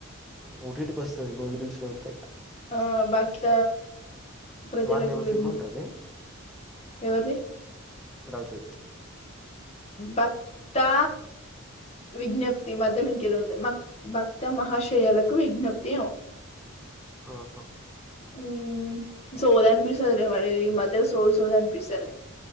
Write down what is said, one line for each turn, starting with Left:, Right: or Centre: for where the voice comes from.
Centre: ఓ టీ టీ కి వస్తాది మూవీరూల్స్ లో అయితే
Left: ఆ భక్త ప్రజలకు
Centre: వాంది ఏమో
Left: విం
Centre: సినిమా ఉంటది
Left: ఎవరిది
Centre: రవితే
Left: భక్తా విజ్ఞప్తి మధ్యలో ఇంకేదో ఉంటది భక్త మహాశయాలకు విజ్ఞప్తి ఏమో
Centre: ఆహా
Left: ఉమ్ సోది అన్పిస్తదే మరి మధ్యలో సోది సోది అన్పిస్తంది